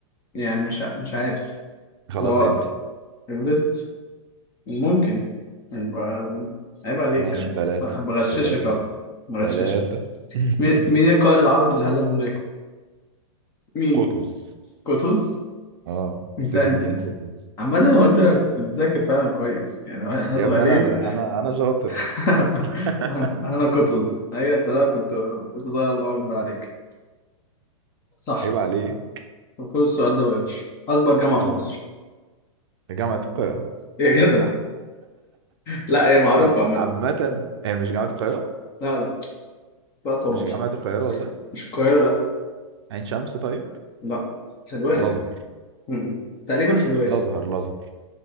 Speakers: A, on the left; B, on the right.
A: يعني مش ع- مش عارف
B: خلاص
A: هو
B: ايفرست
A: إيفرست ممكن يبقى عيب عليك
B: ماشي
A: يعني
B: ثلاثة
A: أنا بغششك
B: ثلاثة
A: أهو بغششك
B: ثلاثة <laughs>
A: مين مين القائد العربي اللي هزم هولاكو؟ مين؟
B: قطز
A: قطز؟
B: اه
A: انت
B: سيف
A: انت
B: الدين قطز
A: عمال هو انت كنت بتذاكر فعلا كويس يعني احنا
B: يا
A: صغيرين
B: ابني انا انا انا شاطر
A: <laughs>
B: <laughs>
A: انا قطز ايوه انت ده كنت كنت ضايع الله اكبر عليك صح
B: عيب عليك
A: طب خد السؤال ده بقى يا باشا اكبر جامعه في
B: يلا
A: مصر
B: جامعة القاهرة
A: <laughs> يا جدع لا هي معروفه
B: عم...
A: عامه
B: عامة هي مش جامعة القاهرة
A: لا لا لا طبعا
B: مش
A: مش
B: جامعة القاهرة والله
A: مش القاهره لا
B: عين شمس طيب
A: لا حلوان
B: الأزهر
A: م- م. تقريبا حلوان
B: الأزهر الأزهر